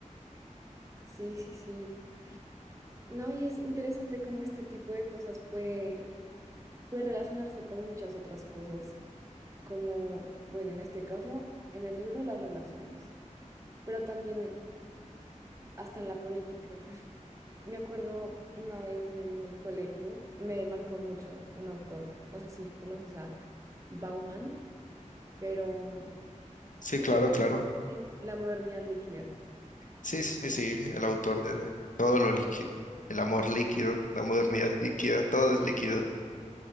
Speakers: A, on the right; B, on the left.
A: Sí, sí, sí. No, y es interesante cómo este tipo de cosas puede, puede relacionarse con muchas otras cosas, como, bueno, en este caso, en el libro, las relaciones, pero también hasta en la política. <laughs> Me acuerdo una vez en el colegio, me marcó mucho un autor, no sé si conoces a Bauman, pero mm,
B: Sí,
A: eh,
B: claro, claro.
A: sí, La modernidad líquida.
B: Sí, sí, sí, el autor de todo lo líquido, el amor
A: Ah,
B: líquido, la modernidad líquida, todo es líquido.